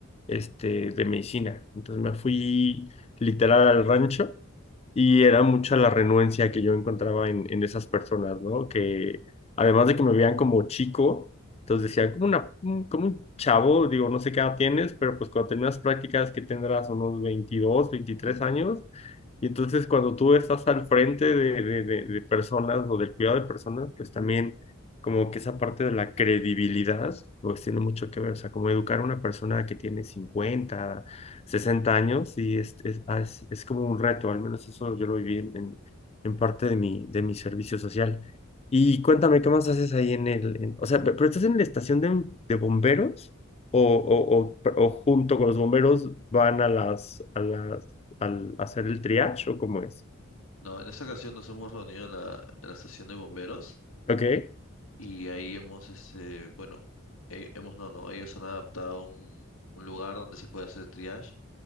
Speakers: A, on the left (about 30°); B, on the left (about 75°).
A: este, de medicina. Entonces me fui literal al rancho y era mucha la renuencia que yo encontraba en, en esas personas, ¿no? Que además de que me veían como chico, entonces decían, como, una, un- como un chavo, digo, no sé qué edad tienes, pero pues cuando terminas prácticas que tendrás unos 22, 23 años, y entonces cuando tú estás al frente de, de, de, de personas o del cuidado de personas, pues también como que esa parte de la credibilidad, pues tiene mucho que ver, o sea, como educar a una persona que tiene 50 60 años y es, es, ah, es, es como un reto, al menos eso yo lo viví en, en parte de mi, de mi servicio social. Y cuéntame, ¿qué más haces ahí en el, en- o sea, pe- pero estás en la estación de, de bomberos o, o, o, o junto con los bomberos van a las, a las, al hacer el triage o cómo es?
B: No, en esta ocasión nos hemos reunido en la, en la estación de bomberos
A: Ok,
B: y ahí hemos, este, bueno, eh, hemos, no, no, ellos han adaptado un, un lugar donde se puede hacer triage